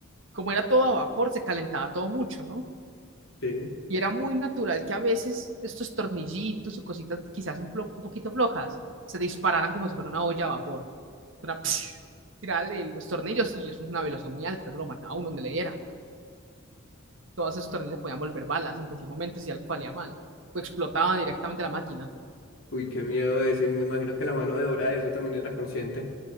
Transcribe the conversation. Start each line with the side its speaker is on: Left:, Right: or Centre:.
Right: Como era todo a vapor, se calentaba todo mucho, ¿no?
Left: Sí.
Right: Y era muy natural que a veces estos tornillitos o cositas quizás un, plo- un poquito flojas se dispararan como si fuera una olla a vapor. una <laughs> <tsk> tirar el- los tornillos y eso es una velocidad muy alta, eso lo mataba a uno donde le diera. Todos esos tornillos podían volver balas en cualquier momento si algo salía mal o explotaba directamente la máquina.
Left: Uy, qué miedo eso. Y me imagino que la mano de obra de eso también era consciente.